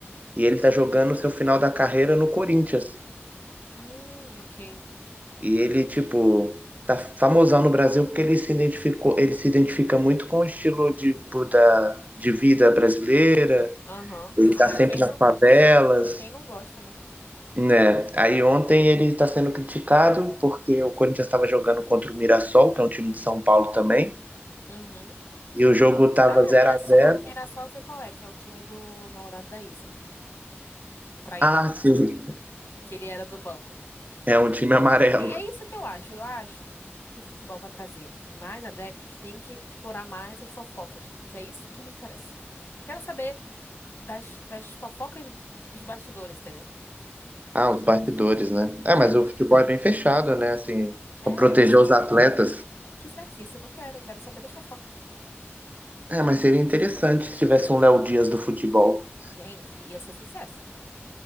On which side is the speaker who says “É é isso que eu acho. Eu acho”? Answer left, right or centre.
Left